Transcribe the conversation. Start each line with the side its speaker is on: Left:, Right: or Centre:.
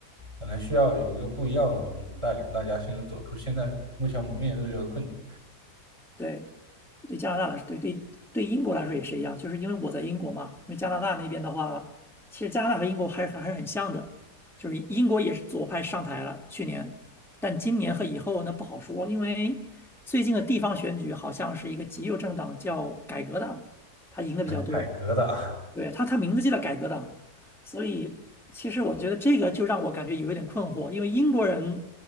Right: 可能需要一个不一样的总统带领大家，现在走出现在目前我们面对这个困境，
Centre: 对。对加拿大来说，对对对英国来说也是一样，就是因为我在英国嘛，因为加拿大那边的话，其实加拿大和英国还是还是很像的，就是英国也是左派上台了去年，但今年和以后呢不好说，因为最近的地方选举好像是一个极右政党叫改革党，他赢的比较多，
Right: 改革的。
Centre: 对，他他名字就叫改革党，所以其实我觉得这个就让我感觉有一点困惑，因为英国人